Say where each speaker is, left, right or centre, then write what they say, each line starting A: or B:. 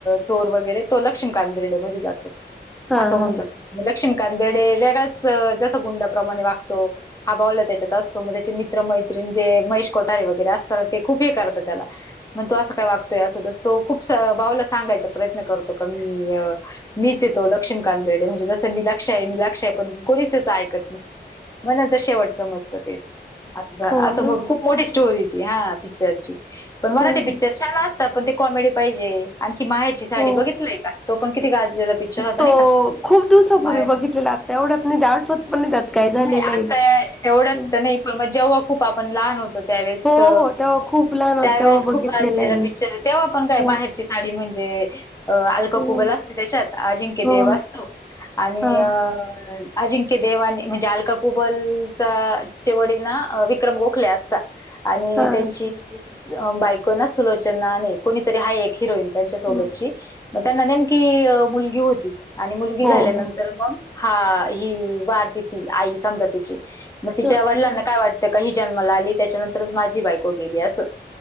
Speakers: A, on the left (about 20°); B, in the centre.
A: चोर वगैरे तो लक्ष्मीकांत बेर्डे मध्ये जातो. असं
B: हा
A: होऊन जातं. लक्ष्मीकांत बेर्डे वेगळ्याच जस गुंडाप्रमाणे वागतो हा भावला त्याच्यात असतो मग त्याचे मित्र मैत्रीणी जे महेश कोठारे वगैरे असतात ना ते खूप हे करतात त्याला मग तो असं काय वागतोय असं तो खूप भावला सांगायचा प्रयत्न करतो का मी मीच आहे तो लक्ष्मीकांत बेर्डे म्हणजे जसं मी लक्ष्या आहे मी लक्ष्या आहे पण कोणीच तेच ऐकत नाही मग नंतर ते शेवट समजत ते अस
B: हो
A: मग
B: ना
A: खूप मोठी स्टोरी ती हा पिक्चरची पण मराठी
B: हा ह
A: पिक्चर छान असतात पण ते कॉमेडी पाहिजे आणखी माहेरची साडी
B: हो
A: बघितलाय का तो पण किती गाजलेला पिक्चर होता
B: तो
A: नाही का
B: खूप दिवसापूर्वी
A: बाळाचीच
B: बघितलेला आता एवढ्यात निट आठवत पण नाही त्यात काय झालेलं
A: नाही
B: आहे
A: आता एवढ्यात
B: हं.
A: तर नाही पण मग जेव्हा खूप आपण लहान होतो त्यावेळेसच
B: हो हो तेव्हा खूप लहान होत
A: त्यावेळेस
B: तेव्हा बघितलेलं
A: खूप गाजलेला
B: आहे मी
A: पिक्चर तेव्हा आपण काय
B: हो
A: माहेर- -ची साडी म्हणजे अ अलका
B: हं.
A: कुबल असते त्याच्यात अजिंक्य
B: हो
A: देव असतो आणि
B: हा
A: अ अजिं- -क्य देव आणि म्हणजे अलका कुबल चा चे वडील ना विक्रम गोखले असतात. आणि
B: हा हा
A: त्यांची बायको ना सुलोचना नाही कोणीतरी आहे एक हिरोईन. त्यांच्या
B: हा
A: सोबतची मग त्यांना नेमकी मुलगी होती आणि मुलगी
B: हो
A: झाल्यानंतर
B: हो
A: मग हा ही वारते ती आई समजा तिची मग तिच्या
B: हां
A: वडिलांना
B: हां
A: काय वाट- -त का ही जन्माला आली त्याच्यानंतरच माझी बायको गेली असं